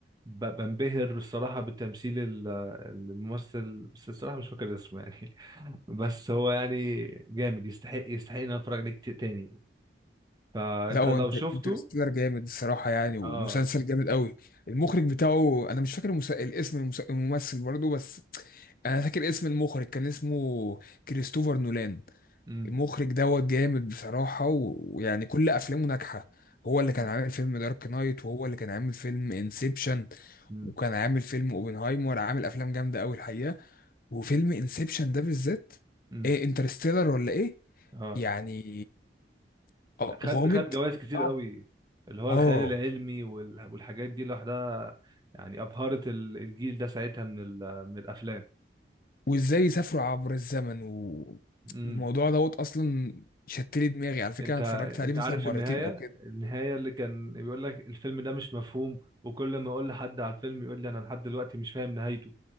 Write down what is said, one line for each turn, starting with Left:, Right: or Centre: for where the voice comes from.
Right: ب- بنبهر بالصراحه بتمثيل ال- الممثل بس الصراحه مش فاكر اسمه يعني <laughs> بس هو يعني جامد يستحق يستحق ان أنا اتفرج عليه كتير تاني فانت
Left: لا هو
Right: لو
Left: انت
Right: شفته
Left: انترستيلر جامد الصراحه يعني ومسلسل
Right: اه
Left: جامد قوي المخرج بتاعه انا مش فاكر المس... الاسم المس... الممثل برضه بس انا فاكر اسم المخرج كان اسمه كريستوفر نولان
Right: امم
Left: المخرج دوت جامد بصراحة و- ويعني كل أفلامه ناجحة هو اللي
Right: امم
Left: كان عامل فيلم دارك نايت وهو اللي كان عامل فيلم انسبشن
Right: امم
Left: وكان عامل فيلم اوبنهايمر عامل أفلام جامدة أوي الحقيقة وفيلم انسبشن ده بالذات
Right: امم،
Left: إيه انترستيلر ولا إيه
Right: اه
Left: يعني آه،
Right: خد
Left: غامض
Right: خد جوائز كتير
Left: صعب
Right: قوي اللي هو
Left: اه
Right: الخيال العلمي وال- والحاجات دي لوحدها يعني أبهرت ال- الجيل ده ساعتها من ال- من الأفلام
Left: وازاي يسافروا عبر الزمن
Right: امم
Left: والموضوع دوت اصلا شتلي دماغي على فكره
Right: انت
Left: انا اتفرجت عليه
Right: انت
Left: مثلا
Right: عارف
Left: مرتين
Right: النهاية
Left: او كده
Right: النهاية اللي كان بيقول لك الفيلم ده مش مفهوم وكل ما اقول لحد على الفيلم يقول لي انا لحد دلوقتي مش فاهم نهايته